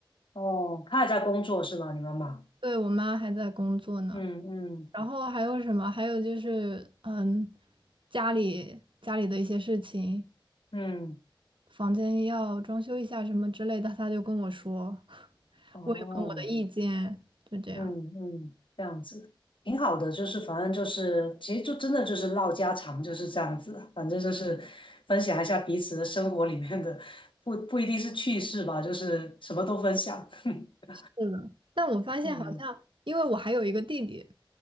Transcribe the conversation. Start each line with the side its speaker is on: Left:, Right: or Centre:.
Left: 哦，她还在工作是吗？你妈妈？
Right: 对，我妈还在工作呢，
Left: 嗯嗯
Right: 然后还有什么？还有就是嗯，家里家里的一些事情，
Left: 嗯，
Right: 房间要装修一下什么之类的，她就跟我说，<laughs>
Left: 哦，
Right: 问一问我的意见，就这样。
Left: 嗯嗯，这样子挺好的，就是反正就是，其实就真的就是唠家常就是这样子的，反正就是分享一下彼此的生活里面的，不不一定是趣事吧，就是什么都分享。<laughs>
Right: 是的，但我发现好像，
Left: 嗯。
Right: 因为我还有一个弟弟，